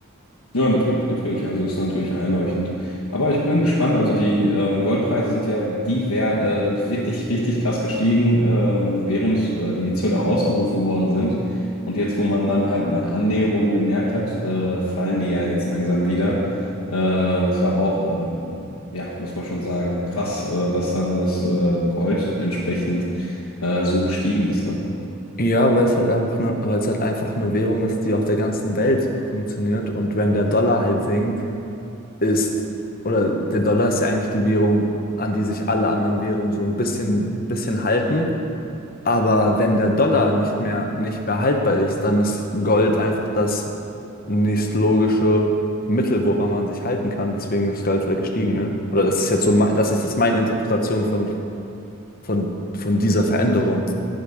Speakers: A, on the left; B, on the left.
A: Ja, natürlich, natürlich. Also ist natürlich einleuchtend. Aber ich bin gespannt. Also die ähm, Goldpreise sind ja diver, äh, wirklich richtig krass gestiegen, ähm, während äh, die Zölle ausgerufen worden sind. Und jetzt, wo man dann halt eine Annäherung gemerkt hat, äh, fallen die ja jetzt langsam wieder. Äh, es war auch, äh, ja, muss man schon sagen, krass, äh, dass dann das äh, Gold entsprechend äh, so gestiegen ist, ne?
B: Ja, weil es halt einfach eine, weil es halt einfach eine Währung ist, die auf der ganzen Welt funktioniert. Und wenn der Dollar halt sinkt, ist, oder der Dollar ist ja eigentlich die Währung, an die sich alle anderen Währungen so ein bisschen, bisschen halten. Aber wenn der Dollar nicht mehr, nicht mehr haltbar ist, dann ist Gold einfach das nächstlogische Mittel, woran man sich halten kann. Deswegen ist Gold halt gestiegen, ne? Oder das ist jetzt so, mein- das ist jetzt meine Interpretation von, von, von dieser Veränderung.